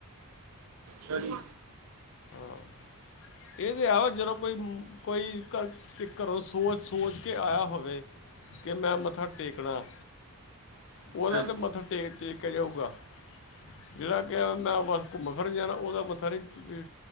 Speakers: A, on the right (about 70°); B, on the left (about 55°).
A: ਸਹੀ
B: ਹ, ਇਹ ਵੀ ਹੈ। ਜਿਵੇ ਕੋਈ-ਕੋਈ ਤੇ ਘਰੋਂ ਸੋਚ- ਸੋਚ ਕੇ ਆਇਆ ਹੋਵੇ। ਕਿ ਮੈਂ ਮੱਥਾ ਟੇਕਣਾ।
A: ਅੱਛਾ
B: ਉਹਦਾ
A: ਜੀ
B: ਤਾਂ ਮੱਥਾ ਟੇਕ, ਟੇਕਿਆ ਜਾਊਗਾ। ਜਿੜਾ, ਕਿ ਮੈਂ ਬਸ ਘੁੰਮਣ -ਫਿਰਨ ਜਾਣਾ। ਉਹਦਾ ਮੱਥਾ ਨਹੀਂ